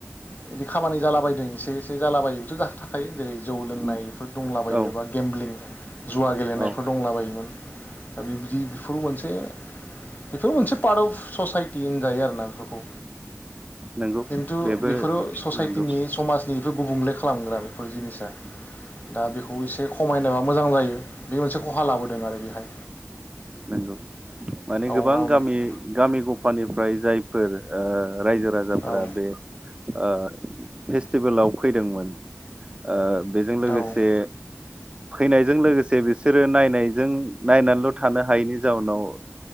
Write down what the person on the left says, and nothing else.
बिदि खामानि एसे एसे जालाबायो बेथ' ज थाखायो जेरै जौ लोंनायफोर
दंलाबायो
बा गेमब्लिं जुवा गेलेनायफोर
दंला बायोमोन दा बि बेफोर मोनसेफोर मोनसे पार्ट अफ ससाइटि होनजायो आरोना बेफोरखौ
खिन्थु
बेफोरो ससाइटिनि
समाजनि गुबुंले खालामग्रा बेफोर जिनिसा दा बेखौ एसे खमायनोबा मोजां जायो बे मोनसे खहा लाबोदों आरो बेहाय
औ
औ
औ
औ